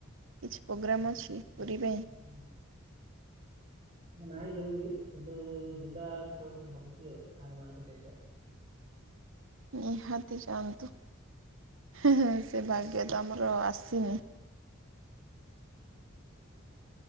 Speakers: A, on the right; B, on the right.
A: କିଛି ପ୍ରୋଗ୍ରାମ୍
B: ଭାବୁଛି
A: ଅଛି
B: ରଥଯାତ୍ରା
A: ପୁରୀ ପାଇଁ। <inaudible>
B: ନାଇଁ ସେମିତି କିନ୍ତୁ ଯିବା କହିକି ଭାବୁଛି ଆଉ, ସାଙ୍ଗ ମାନଙ୍କ ସହିତ।
A: ନିହାତି ଯାଆନ୍ତୁ, ହେଁ ହେଁ, ସେ ଭାଗ୍ୟ ତ ଆମର ଆସିନି।
B: ଉଁ ହୁଁ।